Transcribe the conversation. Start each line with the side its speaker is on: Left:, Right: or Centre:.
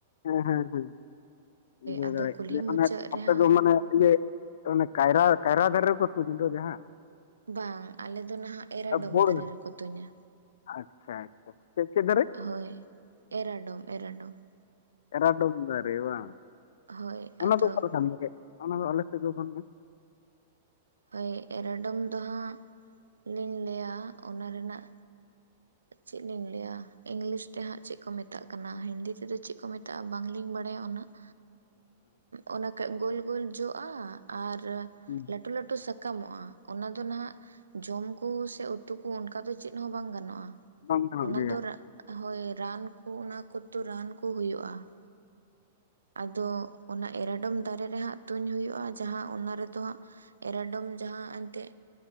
Left: ᱦᱮᱸ ᱦᱮᱸ ᱦᱮᱸ, <inaudible> ᱵᱩᱡᱦᱟᱹᱣ
Right: ᱟᱫᱚ
Left: ᱫᱟᱲᱮᱭᱟᱜ
Right: ᱠᱩᱞᱦᱤ
Left: ᱠᱟᱱᱤᱧ
Right: ᱢᱩᱪᱟᱹᱫ
Left: ᱢᱟᱱᱮ ᱟᱯᱮ
Right: ᱨᱮᱦᱟᱸᱜ
Left: ᱫᱚ ᱢᱟᱱᱮ ᱤᱭᱟ. ᱚᱱᱮ ᱠᱟᱭᱨᱟ, ᱠᱟᱭᱨᱟ ᱫᱟᱨᱮ ᱨᱮᱠᱚ ᱛᱩᱧ ᱫᱚ ᱡᱟᱦᱟ ᱾
Right: ᱵᱟᱝ ᱟᱞᱮ ᱫᱚ ᱱᱟᱦᱟᱜ ᱮᱨᱟᱰᱚᱢ
Left: ᱵᱳᱲ
Right: ᱫᱟᱨᱮ
Left: ᱨᱮ
Right: ᱨᱮᱠᱚ ᱛᱩᱧᱟ
Left: ᱟᱪᱪᱷᱟ ᱟᱪᱪᱷᱟ
Right: ᱾
Left: ᱪᱮᱫ ᱪᱮᱫ ᱫᱟᱨᱮ
Right: <inaudible> ᱦᱳᱭ ᱮᱨᱟᱰᱚᱢ ᱮᱨᱟᱰᱚᱢ ᱾
Left: ᱮᱨᱟᱰᱚᱢ ᱫᱟᱨᱮ ᱵᱟᱝ? <inaudible>
Right: ᱦᱳᱭ ᱟᱫᱚ
Left: ᱚᱱᱟ ᱫᱚ ᱚᱠᱟ ᱞᱮᱠᱟ? <inaudible> ᱚᱱᱟ ᱫᱚ ᱟᱞᱮ ᱥᱮᱫ ᱫᱚ ᱵᱟᱱᱩᱜᱼᱟ ᱾
Right: ᱦᱳᱭ, ᱮᱨᱟᱰᱚᱢ ᱫᱚ ᱦᱟᱸᱜ ᱞᱤᱧ ᱞᱟᱹᱭᱟ ᱚᱱᱟ ᱨᱮᱱᱟᱜ ᱪᱮᱫ ᱞᱤᱧ ᱞᱟᱹᱭᱟ ᱤᱝᱞᱤᱥ ᱛᱮ ᱦᱟᱸᱜ ᱪᱮᱫ ᱠᱚ ᱢᱮᱛᱟᱜ ᱠᱟᱱᱟ, ᱦᱤᱱᱫᱤ ᱛᱮᱫᱚ ᱪᱮᱫ ᱠᱚ ᱢᱮᱛᱟᱜᱼᱟ ᱵᱟᱝᱞᱤᱧ ᱵᱟᱲᱟᱭᱟ ᱩᱱᱟᱹᱜ
Left: <inaudible>
Right: ᱾ ᱚᱱᱟ ᱠᱮᱡ ᱜᱳᱞ ᱜᱳᱞ ᱡᱚᱜᱼᱟ ᱟᱨ
Left: ᱦᱩᱸ ᱾
Right: ᱞᱟᱹᱴᱩ ᱞᱟᱹᱴᱩ ᱥᱟᱠᱟᱢᱚᱜᱼᱟ, ᱚᱱᱟ ᱫᱚ ᱱᱟᱦᱟᱜ ᱡᱚᱢ ᱠᱩ ᱥᱮ ᱩᱛᱩ ᱠᱚ ᱚᱱᱠᱟ ᱫᱚ ᱪᱮᱫ ᱦᱚᱸ ᱵᱟᱝ ᱜᱟᱱᱚᱜᱼᱟ ᱾
Left: ᱵᱟᱝ
Right: <inaudible>
Left: ᱜᱟᱱᱚᱜ
Right: ᱚᱱᱟ
Left: ᱜᱮᱭᱟ
Right: ᱫᱚ ᱦᱳᱭ ᱨᱟᱱ ᱠᱩ ᱚᱱᱟ ᱠᱚᱫᱚ ᱨᱟᱱ ᱠᱩ ᱦᱩᱭᱩᱜᱼᱟ ᱾ ᱟᱫᱚ ᱚᱱᱟ ᱮᱨᱟᱰᱚᱢ ᱫᱟᱨᱮ ᱨᱮ ᱦᱟᱸᱜ ᱛᱩᱧ ᱦᱩᱭᱩᱜᱼᱟ ᱾ ᱡᱟᱦᱟ ᱚᱱᱟ ᱨᱮᱫᱚ ᱦᱟᱸᱜ ᱮᱨᱟᱰᱚᱢ ᱡᱟᱦᱟ ᱮᱱᱛᱮ